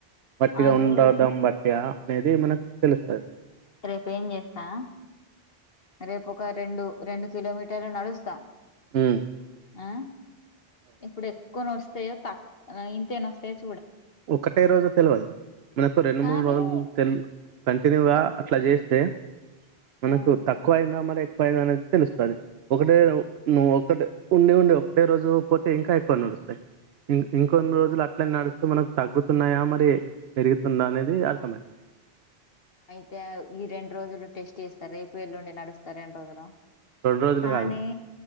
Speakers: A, on the right (about 70°); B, on the left (about 65°).
A: బట్టిగా
B: ఆగు
A: ఉండడం బట్ ్యా అనేది మనకు తెలుస్తది మ
B: రేపు ఏం చేస్తా రేపు ఒక రెండు రెండు కిలోమీటర్లు నడుస్తా
A: హు
B: ఆ ఇప్పుడే క్కువనొస్తాయో తక్ ఆ ఇంతేనోస్తాయో చ్
A: ఒకటే రోజు తెలుయదు మనకు రెండు
B: కానీ
A: మూడు లం తెల్ కంటిన్యూగా
B: ఒక్
A: అట్లా చేస్తే మనకు
B: హ్మ్.
A: తక్ క్కువైందా మరి ఎక్కువైందా అనేది తెలుస్తది ఒకటే నువ్ ఒకటే ఉండి ఉండి ఒకటే రోజు పోతే ఇంకా ఎక్కువ నడుస్తాయి ఇం ఇంకొన్ని రోజులు అట్లా నడుస్తే మనక్ తగ్గుతున్నాయా మరి పెరుగుతుందా అనేది అర్థం అయితది
B: అయితే ఈ రెండు రోజులు టెస్ట్ చేస్తారు రేపు ఎల్లుండి నడుస్తా రెండు రోజులు
A: రెండు రోజులు
B: కానీ
A: కాదు